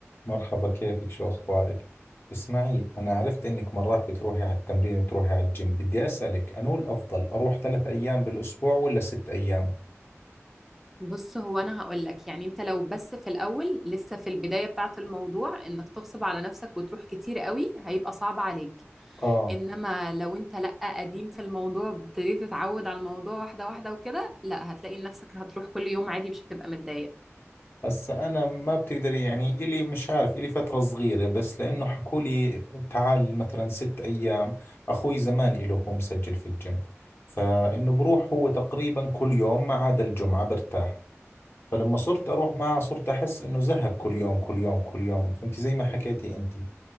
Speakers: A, on the left; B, in the centre.
A: مرحبا كيفك شو أخبارك؟ اسمعي أنا عرفت إنك مرات بتروحي على التمرين وتروحي على الجيم بدي أسألك أنو الأفضل أروح ثلاث أيام بالأسبوع ولا ست أيام؟
B: بص هو انا هقول لك يعني انت لو بس في الاول لسه في البدايه بتاعه الموضوع انك تغصب على نفسك وتروح كتير قوي هيبقى صعب عليك
A: آه
B: انما لو انت لا قديم في الموضوع ابتديت تتعود على الموضوع واحده واحده وكده لا هتلاقي نفسك هتروح كل يوم عادي مش هتبقى متضايق
A: هسا أنا ما بتقدري يعني إلي مش عارف إلي فترة صغيرة بس لأنه حكولي تعال مثلا ست أيام أخوي زمان إله هو مسجل في الجيم فإنه بروح هو تقريبا كل يوم ما عدا الجمعة برتاح فلما صرت أروح معه صرت أحس إنه زهق كل يوم كل يوم كل يوم فهمتي زي ما حكيتي أنتي